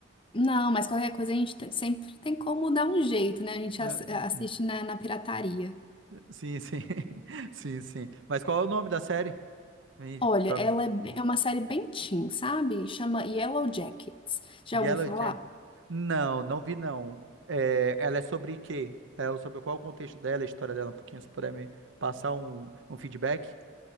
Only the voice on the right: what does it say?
Não-
Sim, sim. <laughs> Sim, sim. Mas qual é o nome da série? Me-
pra-
Yellow
Não, não vi não. É, ela é sobre quê? É o- sobre qual o contexto dela, a história dela, um pouquinho, se puder me passar um, um feedback?